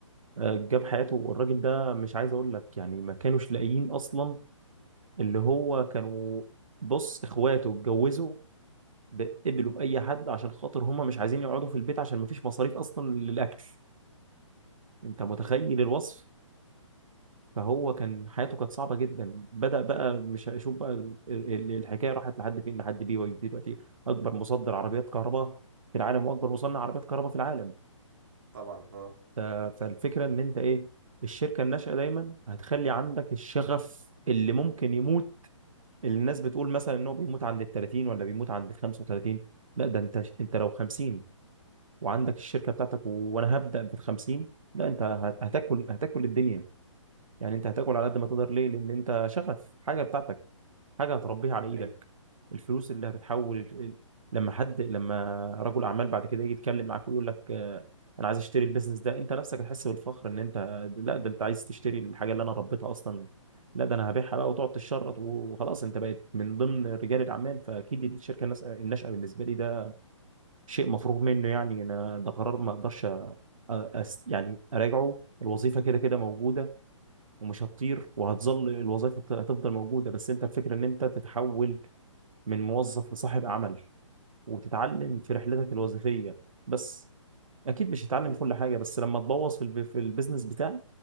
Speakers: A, on the right; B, on the right.
A: آه، جاب حياته الراجل ده مش عايز اقول لك يعني ما كانوش لاقيين اصلا اللي هو كانوا بص اخواته اتجوزوا ب- قبلوا باي حد عشان خاطر هم مش عايزين يقعدوا في البيت عشان ما فيش مصاريف اصلا للاكل انت متخيل
B: امم
A: الوصف فهو كان حياته كانت صعبة جدا بدأ بقى مش هشوف بقى ال- ال- الحكاية راحت لحد فين لحد بي واي دي دلوقتي أكبر مصدر عربيات كهرباء في العالم وأكبر مصنع عربيات كهرباء في العالم
B: طبعا اه
A: ف- فالفكرة إن أنت إيه الشركة الناشئة دايما هتخلي عندك الشغف اللي ممكن يموت اللي الناس بتقول مثلا إن هو بيموت عند ال 30 ولا بيموت عند ال 35 لا ده أنت أنت لو 50 وعندك الشركة بتاعتك و- وأنا هبدأ بال 50 لا أنت هت- هتاكل هتاكل الدنيا يعني أنت هتاكل على قد ما تقدر ليه لأن أنت شغف حاجة بتاعتك حاجه هتربيها على ايدك
B: ايوه
A: الفلوس اللي هتتحول ال- ال- لما حد لما رجل اعمال بعد كده يجي يتكلم معاك ويقول لك آه، انا عايز اشتري البيزنس ده انت نفسك هتحس بالفخر ان انت لا ده انت عايز تشتري الحاجه اللي انا ربيتها اصلا لا ده انا هبيعها بقى وتقعد تشرط وخلاص انت بقيت من ضمن رجال الاعمال فاكيد الشركه الناس- الناشئه بالنسبه لي ده شيء مفروغ منه يعني انا ده قرار ما اقدرش أ- أست يعني اراجعه الوظيفه كده كده موجوده ومش هتطير وهتظل الوظيفه هتفضل موجوده بس انت الفكره ان انت تتحول من موظف لصاحب عمل وتتعلم في رحلتك الوظيفية بس أكيد مش هتتعلم
B: امم
A: كل حاجة بس لما تبوظ في الب... في البيزنس بتاعك